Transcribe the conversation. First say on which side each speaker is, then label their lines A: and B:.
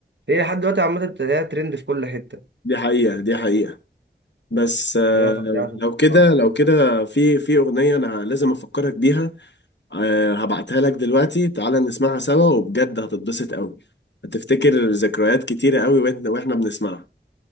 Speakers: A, on the right; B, on the left.
A: هي لحد دلوقتي عامه بتلاقيها ترند في كل حته
B: دي حقيقة دي حقيقة بس آه،
A: حاجه فظيعه
B: مم. لو كده
A: آه.
B: لو كده في في أغنية أنا لازم أفكرك بيها آه، هبعتها لك دلوقتي تعالى نسمعها سوا وبجد هتتبسط قوي هتفتكر ذكريات كتيرة قوي وإحنا وإحنا بنسمعها